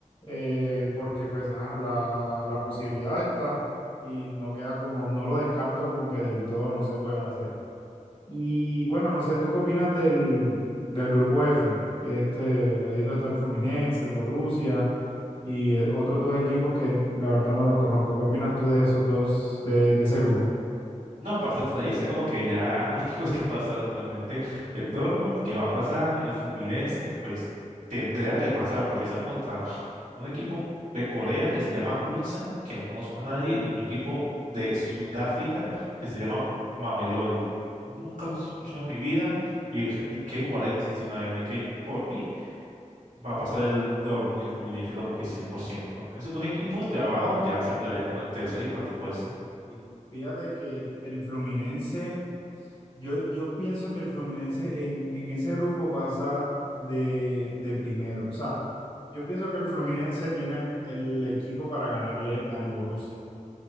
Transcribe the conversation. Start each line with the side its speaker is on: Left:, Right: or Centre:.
Left: eh, porque pues ah, la, la posibilidad está y no queda como, no lo descarto como que del todo no se puede hacer. Y bueno, no sé, ¿tú qué opinas del, del grupo F? Que Este, ahí donde está el Fluminense, el Borussia y eh, otros dos equipos que la verdad no los conozco. ¿Qué opinas tú de esos dos, de, de ese grupo?
Right: No, aparte, pues ahí está como que ya <laughs> los equipos que pasaron, literalmente. El Dortmund, que va a pasar, el Fluminense, pues tendría que pasar porque están contra un equipo de Corea que se llama Ulsan, que no conozco a nadie, y otro equipo de Sudáfrica que se llama Mamelodi. Nunca los he escuchado en mi vida y no sé ni qué jugadores existen ahí, así que por mí va a pasar el Dortmund y el Fluminense como que cien por ciento Esos dos equipos de abajo ya se pelearían como el tercer y cuarto puesto.
Left: Sí. Fíjate que el Fluminense, yo, yo pienso que el Fluminense en, en ese grupo pasa de, de primero. O sea, yo pienso que el Fluminense tiene el, el equipo para ganarle al Borussia.